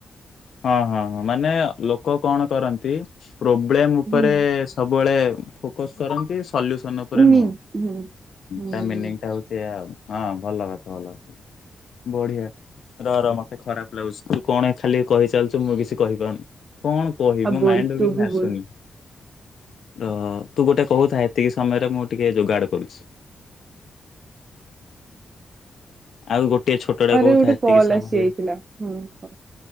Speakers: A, on the left; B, on the right.
A: ହଁ ହଁ ମାନେ ଲୋକ କଣ କରନ୍ତି ପ୍ରୋବ୍ଲେମ ଉପରେ
B: ହୁଁ
A: ସବୁବେଳେ ଫୋକସ କରନ୍ତି। ସଲୁସନ ଉପରେ
B: ନି
A: ନୁହଁ,
B: ହୁଁ। ହୁଁ
A: ତା ମିନିଂଟା ହଉଛି ଇୟା। ହଁ, ଭଲ କଥା ଭଲ କଥା। ବଢିଆ, ରର ମତେ ଖରାପ ଲାଗୁଛି, ତୁ କଣ ଖାଲି କହି ଚାଲିଛୁ ମୁଁ କିଛି କହିପାରୁନି, କଣ କହିବି
B: ଆଉ
A: ମୋ
B: ବୋଲ
A: ମାଇଣ୍ଡ
B: ତୁ
A: ରୁ କିଛି
B: ବି
A: ଆସୁନି।
B: ବୋଲ
A: ର ତୁ ଗୋଟେ କହୁଥା ଏତିକି ସମୟରେ ମୁଁ ଟିକେ ଯୋଗାଡ଼ କରୁଛି। ଆ ଆଉ ଗୋଟିଏ ଛୋଟଟେ
B: ଆରେ
A: କହୁଥା
B: ଗୋଟେ
A: ଏତିକି
B: କଲ
A: ସମୟରେ
B: ଆସି ଯାଇଥିଲା ହୁଁ, କ